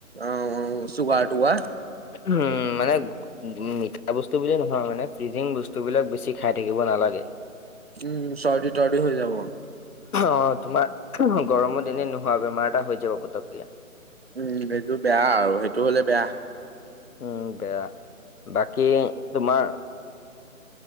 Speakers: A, on the right; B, on the left.
A: অ চুগাৰ টুগাৰ।
B: উম মানে মিঠা বস্তু বুলি নহয় মানে ফ্ৰিজিং বস্তু বস্তুবিলাক বেছি খাই থাকিব নোলাগে।
A: উম চৰ্দি তৰ্দি হৈ যাব।
B: অ তোমাৰ গৰমৰ দিনে নোহোৱা বেমাৰ এটা হৈ যাব পতকে।
A: উম এইটো বেয়া ইেইটো হ'লে বেয়া।
B: উম বেয়া, বাকী তোমাৰ